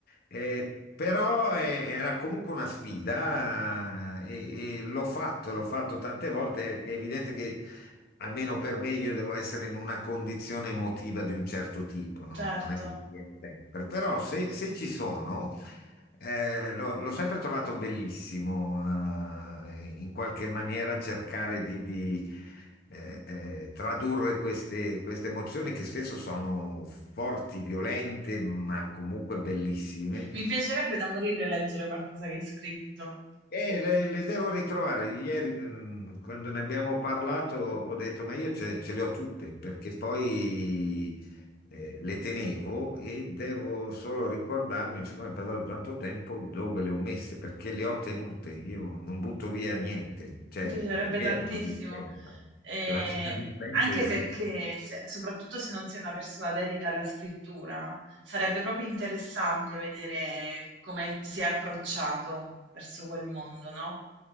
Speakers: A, on the left; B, on the right.
A: Eh, però eh, era comunque una sfida eh, e, e l'ho fatto, l'ho fatto tante volte. È evidente che almeno per me io devo essere in una condizione emotiva di un certo tipo, non,
B: certo.
A: non è che mi viene sempre. Però se, se ci sono, eh, l'ho l'ho sempre trovato bellissimo, eh, in qualche maniera cercare di, di, eh, eh, tradurre queste, queste emozioni che spesso sono forti, violente, ma comunque bellissime,
B: Mi piacerebbe da morire leggere qualcosa che hai scritto.
A: Eh, le, le devo ritrovare. Ieri, mm, quando ne abbiamo parlato, ho detto, ma io ce, ce le ho tutte, perché poi eh, le tenevo e devo solo ricordarmi, siccome è passato tanto tempo, dove le ho messe, perché le ho tenute. Io non butto via niente. Cioè,
B: Mi piacerebbe
A: è vero
B: tantissimo,
A: la dispensa.
B: ehm,
A: La mia <laughs> dispensa
B: anche
A: esiste
B: perché se soprattutto se non sei una persona dedita alla scrittura, sarebbe proprio interessante vedere come ti sei approcciato verso quel mondo, no.